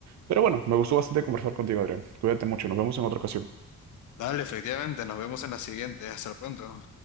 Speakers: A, on the right (about 65°); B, on the left (about 75°).
A: Pero bueno, me gustó bastante conversar contigo, Adrián. Cuídate mucho, nos vemos en otra ocasión.
B: Dale, efectivamente, nos vemos en la siguiente. Hasta pronto.